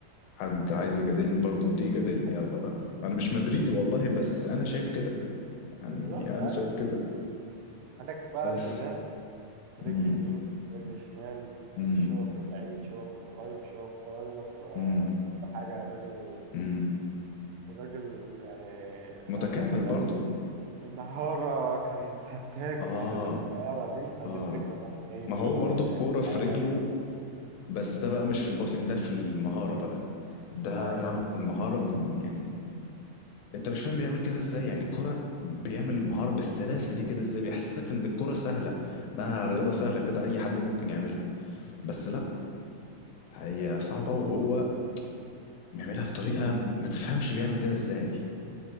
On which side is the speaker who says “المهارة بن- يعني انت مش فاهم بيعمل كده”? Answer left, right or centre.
Left